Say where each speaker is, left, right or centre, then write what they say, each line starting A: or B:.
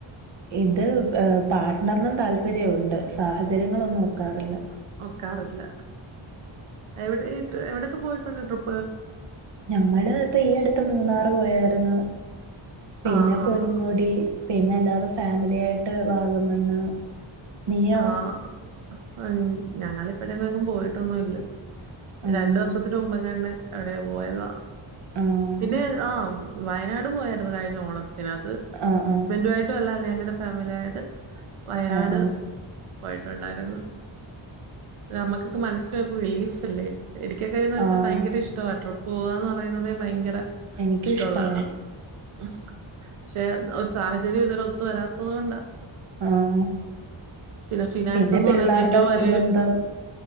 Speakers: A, on the right; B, on the right.
A: ഇത് പാർട്ണറിനും താല്പര്യവുണ്ട്. സാഹചര്യങ്ങളൊന്നും ഒക്കാറില്ല.
B: നോക്കാറില്ല. എവിടെ എവിടെക്കെ പോയിട്ടുണ്ട് ട്രിപ്പ്കൾ
A: ഞങ്ങള് ഇപ്പ ഈ അടുത്ത് മൂന്നാറ് പോയായിരുന്നു, പിന്നെ
B: ആഹ് ആഹ്
A: പൊന്മുടി പിന്നല്ലാതെ ഫാമിലി ആയിട്ട് വാഗമണ്ണ് നീയോ
B: ആഹ് അഞ് ഞങ്ങളിപ്പഴെങ്ങങ്ങും പോയിട്ടൊന്നുംല്ല.
A: ആഹ്
B: രണ്ട് വർഷത്തിന് മുമ്പെങ്ങാണ്ട് എവിടെയോ പോയത,
A: ആഹ്
B: പിന്നെ ആഹ് വയനാട് പോയായിരുന്നു കഴിഞ്ഞ ഓണത്തിന്, അത്
A: ആഹ്
B: ഹസ്ബൻന്റു ആയിട്ടുഅല്ല അല്ലേ ഞങ്ങടെ ഫാമിലി ആയിട്ട് വയനാട്
A: ആഹ് ആഹ്
B: പോയിട്ടുണ്ടായിരുന്നു.
A: ഉം
B: നമുക്കൊക്ക മനസിനൊരു റിലീഫല്ലേ. എനികൊക്കെ എന്ന് വെച്ച
A: ആഹ്
B: ഭയങ്കര ഇഷ്ടവ ട്രിപ്പ് പോവാന്ന് പറയുന്നതെ ഭയങ്കര
A: എനിക്കും
B: ഇഷ്ടവുള്ള
A: ഇഷ്ടവാ
B: ആളാ. ഹ് ക്ഷെ ഒരു സാഹചര്യം ഇതുവരെ ഒത്തു വരാത്തത് കൊണ്ടാ.
A: ആഹ്
B: പിന്നെ ഫിനാൻസ്ന്ന്
A: പിന്നെ പിള്ളേരുടെ
B: പറയുന്നത് ഏറ്റവും വലൊരു
A: നിർബന്ധം